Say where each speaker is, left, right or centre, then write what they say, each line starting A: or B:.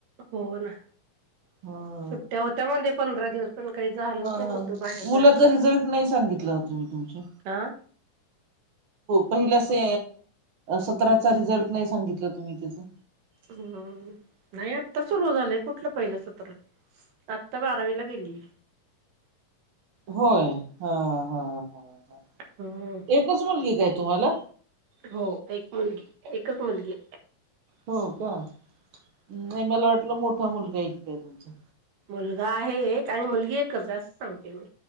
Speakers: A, on the right; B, on the right.
A: हो ना.
B: हा.
A: सुट्ट्या होत्या मध्ये पंधरा दिवस पण काही झालंच नाही
B: ह
A: कुठं बाहेर जायला.
B: मुलाचा रिझल्ट नाही सांगितला हो तुम्ही तुमच्या
A: आं.
B: पहिल्या सि सतराचा रिझल्ट नाही सांगितला तुम्ही तिथं.
A: हम् नाही आत्ता सुरू झालंय. कुठलं पहिलं सत्र? आता बारावीला गेली.
B: होय. हा हा ह हं हं
A: हम्म
B: एकच मुलगी काय तुम्हाला?
A: हो. एक मुलगी एकच मुलगी.
B: हो का. नाही मला वाटलं मोठा मुलगा आहे की काय तुमचा.
A: मुलगा आहे एक आणि मुलगी एकच असं सांगते मी.